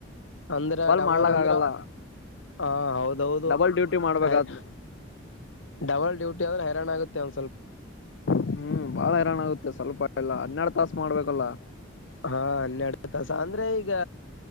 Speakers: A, on the left; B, on the left.
A: ಅಂದ್ರ ಡಬಲ್
B: ಮಾಡ್ಲಕ್
A: ಅಂದ್ರ
B: ಆಗಲ್ಲ
A: ಹ ಹೌದೌದು
B: ಡಬಲ್ ಡ್ಯೂಟಿ ಮಾಡ್ಬೇಕಾಗ್ತದ
A: ಆಯ್ ಡಬಲ್ ಡ್ಯೂಟಿ ಆದ್ರೆ ಹೈರಾಣ ಆಗುತ್ತೆ ಅವ
B: ಹ್ಮ್ ಬಾಳ ಹೈರಾಣ ಆಗುತ್ತೆ ಸ್ವಲ್ಪ ಅಲ್ಲಾ ಹನ್ನೆರಡು ತಾಸ ಮಾಡ್ಬೇಕಲ್ಲ
A: ಹಾ ಹನ್ನೆರಡು ತಾಸ ಅಂದ್ರೆ ಈಗ